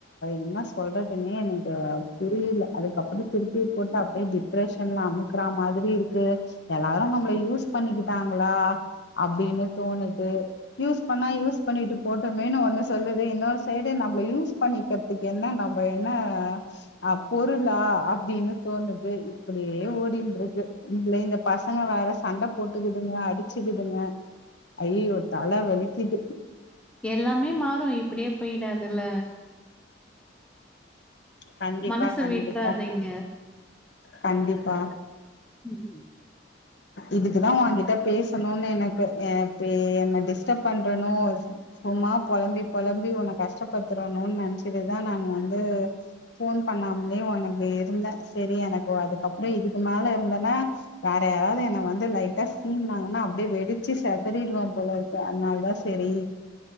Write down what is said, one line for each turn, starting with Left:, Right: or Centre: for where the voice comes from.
Left: என்ன சொல்றதுன்னே எனக்கு புரியல அது அதுக்கப்பற திருப்பி போட்டு அப்டியே டிப்ரஷன்ல அமுக்கற மாதிரி இருக்கு எல்லாரு நம்மள யூஸ் பண்ணிக்கிட்டாங்களா அப்டின்னு தோணுது யூஸ் பண்ணா யூஸ் பண்ணிட்டு போட்டோமேன்னு ஒன்னு சொல்லுது இன்னொ சைடு நம்மள யூஸ் பண்ணிக்க றதுக்கு என்ன நம்ப என்ன அ பொரு ளா அப்டின்னு தோணுது இப்டியே ஓடின்ட்ருக்கு இதுலயே இந்த பசங்க வேற சண்ட போட்டுக்குதுங்க அடி ச்சிக்கிதுங்க ஐயையோ தல வலிக்கிது
Centre: எல்லாமே மாறு இப்டியே போய்டாதுல்ல
Left: கண்டிப்பா
Centre: மனசு
Left: கண்டிப்பா
Centre: விட்றாதீங்க.
Left: கண்டிப்பா
Centre: ம்.
Left: இதுக்குதா ஓங்கிட்ட பேசணுனு எனக்கு ஏ பி என்ன டிஸ்டர்ப பண்றனோ சும் சும்மா பொழம்பி பொழம்பி ஒன்ன கஷ்டப்படுத்துறனோன் நெனச்சிட்டுதா நா வந்து ஃபோன் பண்ணாம்லே ஒனக்கு இருந்த சேரி எனக்கு அதுக்கப்றோ இதுக்கு மேல இருந்தன்னா வேற யாராவ்து எனக் வந்து லைட்டா சீண்டுனாங்கனா அப்டியே வெடிச்சி செதறிருவ போல இருக்கு அத்னாலதா செரி